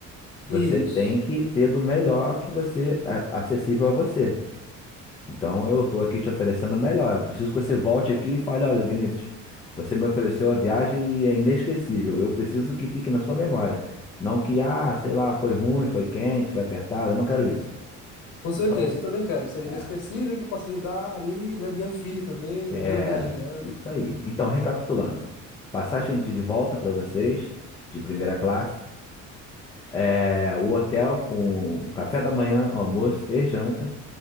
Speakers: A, on the left; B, on the left.
A: Você
B: Isso.
A: tem que ter do melhor que você, a- acessível a você. Então eu tô aqui te oferecendo o melhor. Eu preciso que você volte aqui e fale: olha, Vinícius, você me ofereceu a viagem e é inesquecível. Eu preciso que fique na sua memória. Não que, ah, sei lá, foi ruim, foi quente, foi apertado. Eu não quero isso.
B: Com certeza.
A: Então,
B: Eu também quero que seja
A: é,
B: inesquecível, que eu possa lembrar ali, né? Minha filha também,
A: é
B: primeira viagem dela.
A: isso aí. Então, recapitulando: passagem de de volta para vocês, de primeira classe. É, o hotel com café da manhã, almoço e janta.